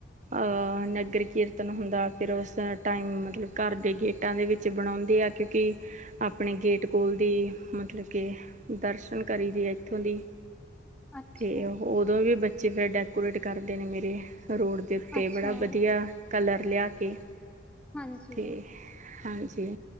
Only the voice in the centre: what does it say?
ਅੱਛਾ
ਅੱਛਾ
ਹਾਂਜੀ